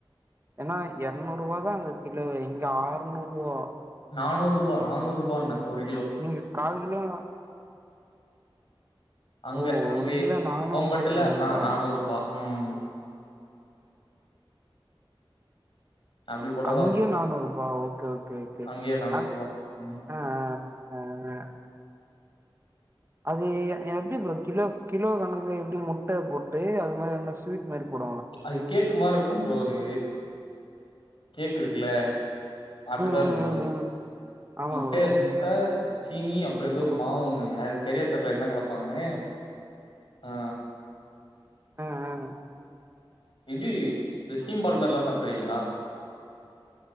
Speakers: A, on the right (about 25°); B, on the left (about 65°).
A: ஏன்னா இரநூரூவா தா இங்க கிலோவே இங்க ஆறுநூரூவா
B: நானூரூபா நானூரூபான்னே ஒரு கிலோ
A: நீங்க காலு கிலோ
B: அங்க
A: ஓ
B: அங்கயே
A: ஒரு கிலோ நானூறுபா
B: ஓம்பட்டுல
A: சொன்னீங்களா
B: ஆ நானூறு ரூபா ம் அப்டி போட்டாதா
A: அங்க
B: வரு
A: நானூரூபா ஓகே ஓகே ஓகே
B: அங்கயே நானூறுபா
A: அங்
B: ம்
A: அ அ அ அது எப்டி ப்ரோ கிலோ கிலோ கணக்குல எப்டி முட்ட போட்டு அது மாரி என்ன ஸ்வீட் மாரி போடு
B: அது கேக் மாரி இருக்கு ப்ரோ அது கேக் இருக்குல அப்டிதா
A: ம் ம்
B: இருக்கு அது
A: ம் ம் ஆமா
B: முட்ட
A: ப்ரோ
B: முட்ட சீனி ப்றோ எதோ
A: ஓ
B: ஒரு மாவு ஒன்னு அது சரியா தெரியல என்ன கலப்பாங்கன்னு ஆ
A: ஆ ஆ
B: இது இந்த சீம்பால் மாரில்லா சாப்ட்ருக்கீங்களா